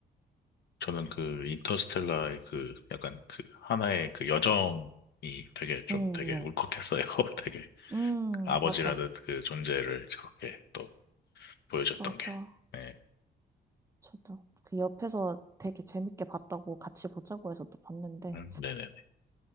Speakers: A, on the left; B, on the right.
A: 저는 그 인터스텔라의 그 약간 그 하나의 그 여정이 되게 좀
B: 음,
A: 되게
B: 네.
A: 울컥했어요. <laughs> 되게.
B: 음,
A: 아버지라듯
B: 맞아.
A: 그 존재를 그렇게 또 보여줬던
B: 맞아.
A: 게. 네.
B: 저도 그 옆에서 되게 재밌게 봤다고 같이 보자고 해서 또 봤는데
A: 음, 네네네.